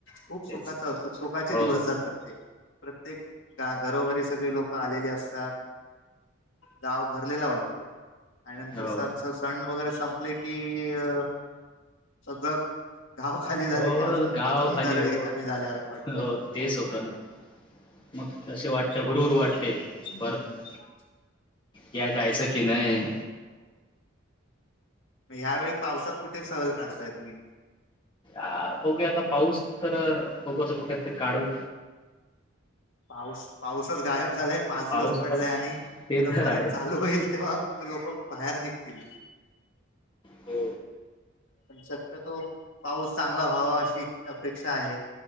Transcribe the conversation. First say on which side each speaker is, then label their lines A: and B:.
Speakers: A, on the left; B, on the left.
A: खूप सुखाचा
B: तेच
A: असतो. खुप सुखाचे
B: हो
A: दिवस जातात. प्रत्येक प्रत्येक गा घरोघरी सगळी लोक आलेली असतात. गाव भरलेला वाटत. <inaudible> आणि नंतर
B: हो
A: सण सण वगैरे संपले की? अ सगळं गाव खाली झालं
B: हो
A: की अजून
B: गाव
A: अजून
B: खाली
A: घर रिकामी
B: होत
A: झाल्यासारखं वाटतं
B: होत.
A: ते
B: तेच होत ना मग कसे वाटते? हुरहुर वाटते.
A: हम्म
B: परत
A: हम्
B: या जायचं की नाही?
A: ह्यावेेळी पावसात कुठे सहल काढताय तुम्ही?
B: अ बघूया आता? पाऊस तर बघू आता कुठे ते काढू?
A: पाऊस पाऊसच गायब झालाय. पाच
B: पाऊस
A: दिवस पडलाय
B: आता
A: आणि
B: ते
A: आता
B: तर
A: परत
B: आहेच
A: चालू होईल तेव्हा? लोक बाहेर निघतील.
B: हो
A: पण शक्यतो पाऊस चांगला व्हावा अशी अपेक्षा आहे.